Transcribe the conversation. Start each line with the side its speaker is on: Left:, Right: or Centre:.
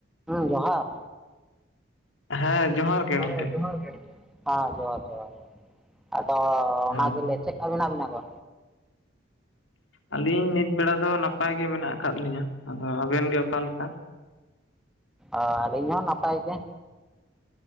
Centre: ᱦᱩᱸ ᱡᱚᱦᱟᱨ
Left: ᱦᱮᱸ ᱡᱚᱦᱟᱨ ᱜᱮ
Centre: ᱦᱮ
Left: ᱜᱚᱝᱠᱮ
Centre: ᱡᱚᱦᱟᱨ ᱜᱮ ᱦᱮᱸ ᱡᱚᱦᱟᱨ ᱡᱚᱦᱟᱨ ᱟᱫᱚ
Left: ᱦᱳᱭ
Centre: ᱚᱱᱟ ᱜᱮᱞᱮ ᱪᱮᱫ ᱞᱮᱠᱟ ᱢᱮᱱᱟᱜ ᱵᱮᱱᱟ ᱜᱚ?
Left: ᱟᱹᱞᱤᱧ ᱱᱤᱛ ᱵᱮᱲᱟ ᱫᱚ ᱱᱟᱯᱟᱭ ᱜᱮ ᱢᱮᱱᱟᱜ ᱟᱠᱟᱫ ᱞᱤᱧᱟᱹ ᱟᱫᱚ ᱟᱵᱮᱱ ᱜᱮ ᱚᱠᱟ ᱞᱮᱠᱟ?
Centre: ᱟᱨ ᱟᱹᱞᱤᱧ ᱦᱚᱸ ᱱᱟᱯᱟᱭ ᱜᱮ